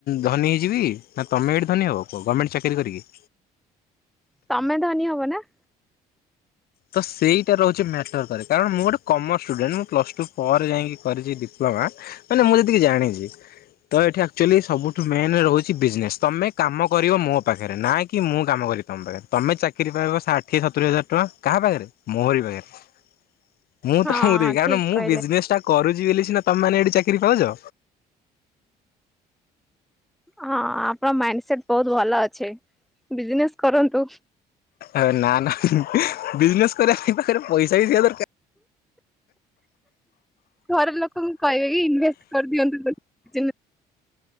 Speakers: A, on the left; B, in the centre.
A: ଧନୀ ହେଇଯିବି ନା ତମେ ଏଠି ଧନୀ ହବ କୁହ, ଗମେଣ୍ଟ ଚାକିରି କରିକି।
B: ତମେ ଧନୀ ହବ ନା।
A: ତ ସେଇଟା ରହୁଚି ମ୍ୟାଟର୍ କରେ, କାରଣ ମୁଁ ଗୋଟେ କମର୍ସ ଷ୍ଟୁଡେଣ୍ଟ ମୁଁ ପ୍ଲସ୍ ଟୁ ପରେ ଯାଇକି କରିଚି ଡିପ୍ଲୋମା। ମାନେ ମୁଁ ଯେତିକି ଜାଣିଚି, ତ ଏଠି ଆକ୍ଚୁଆଲି ସବୁଠୁ ମେନ୍‌ ରହୁ ଚି ବିଜନେସ୍। ତମେ କାମ କରିବ ମୋ ପାଖରେ, ନା କି ମୁଁ କାମ କରିବି ତମ ପାଖରେ। ତମେ ଚାକିରି ପାଇବ ସା ଷାଠିଏ ସତୁରି ହଜାର ଟଙ୍କା କାହା ପାଖରେ ମୋରି ପାଖରେ। ମୁଁ
B: ହଁ
A: ତମକୁ ଦେବି। କାରଣ
B: ଠିକ
A: ମୁଁ
B: କହିଲେ
A: ବିଜନେସ୍ ଟା କରୁଚି ବୋଲି ସିନା ତମେ ମାନେ ଏଠି ଚାକିରି ପାଉଚ।
B: ହଁ ଆପଣଙ୍କ ମାଇଣ୍ଡ ସେଟ୍ ବହୁତ ଭଲ ଅଛି। ବିଜନେସ୍ କରନ୍ତୁ।
A: ଏ ନା ନା ବିଜନେସ୍ କରିବାପାଇଁ ପାଖରେ ପଇସା ବି ଥିବା ଦରକାର।
B: ଘର ଲୋକଙ୍କୁ କହିବେ କି ଇନଭେଷ୍ଟ୍ କରିଦିଅନ୍ତୁ। ବିଜନେସ।